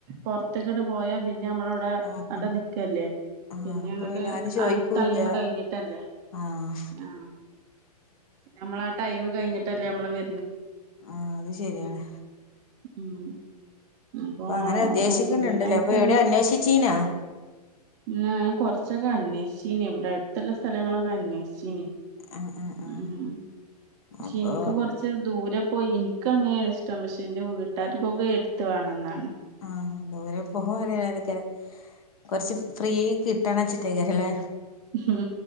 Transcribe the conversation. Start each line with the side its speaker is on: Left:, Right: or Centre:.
Right: പൊറത്തേക്കങ്ങട്ട്‌ പോയാ പി ന്നെ നമ്മടെ അവിടെ
Left: നമുക്ക്
Right: അവിടെ നിക്കല്ലേ
Left: ആഹ്
Right: പിന്നെ
Left: അപ്പൊ
Right: അങ്ങോട്ട്
Left: ആരും ചോദിക്കൂല്ല
Right: ആ ടൈമ് കഴിഞ്ഞിട്ടല്ലേ
Left: ആഹ്
Right: ആ നമ്മളാ ടൈമ് കഴിഞ്ഞിട്ടല്ലേ നമ്മള് വ
Left: ആ അത് ശരിയാണ്
Right: ഉം അപ്പൊ
Left: അങ്ങനെ ഉദ്ദേശിക്കുന്നുണ്ടല്ലേ
Right: ഓഫ് ലൈൻ ആയിട്ടാണ്
Left: അപ്പൊ എവിടെ അന്വേഷിച്ചീനാ
Right: ഇന്ന് കുറച്ചൊക്കെ അന്വേഷിച്ചീനി ഇവിടെ അടുത്തുള്ള സ്ഥലങ്ങളൊക്കെ അന്വേഷിച്ചീനി
Left: ആഹ് ആഹ് ആഹ്
Right: ഉം പക്ഷെ
Left: അപ്പൊ
Right: എനിക്ക് കൊറച്ച് ദൂരെ ഓ എനിക്ക് അങ്ങനെയാണ് ഇഷ്ടം പക്ഷെ എന്റെ വീട്ടുകർക്കൊക്കെ എടുത്ത് വേണോന്നാണ്
Left: ആ ദൂരെ <unintelligible> കൊറച്ച് ഫ്രീ കി ട്ടണ വച്ചിട്ടായിരിക്കും അല്ലേ
Right: ഉം